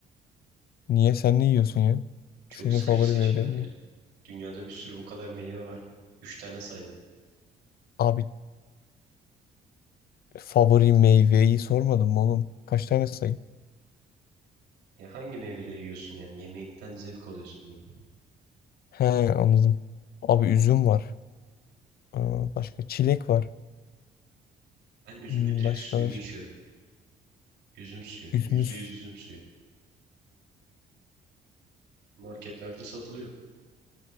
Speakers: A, on the left; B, on the right.
A: Niye sen ne yiyorsun ya?
B: Çok
A: Senin
B: sıkıcı
A: favori
B: seçimler
A: meyvelerin
B: yani.
A: ne?
B: Dünyada bir sürü bu kadar meyve var. Üç tane saydın.
A: Abi favori meyveyi sormadım mı oğlum? Kaç tane sayayım?
B: Ya hangi meyveleri yiyorsun yani? Yemekten zevk alıyorsun diyeyim.
A: He anladım. Abi üzüm var. Aa, Başka çilek var.
B: Ben üzümün
A: Hmm,
B: direkt
A: Başka
B: suyunu
A: var.
B: içiyorum. Üzüm suyu.
A: Üzümüz.
B: Yüzde yüz üzüm suyu. Marketlerde satılıyor.